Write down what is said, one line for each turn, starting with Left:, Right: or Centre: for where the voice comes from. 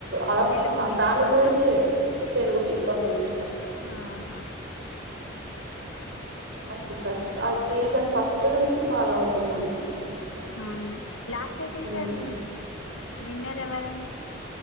Right: ఆ
Left: తెలుగు
Right: అ
Left: బిగ్
Right: దాని
Left: బాసా
Right: గురించే తెలుగు బిగ్ బాస్ అంటే ఇష్టం
Left: ఆహా
Right: అచ్చు సస్ ఆ సీజన్ ఫస్ట్ నుంచి ఫాలో అవుతున్నా నేను
Left: అవునా లాస్ట్ సీజన్
Right: ఉమ్.
Left: విన్నర్ ఎవరండి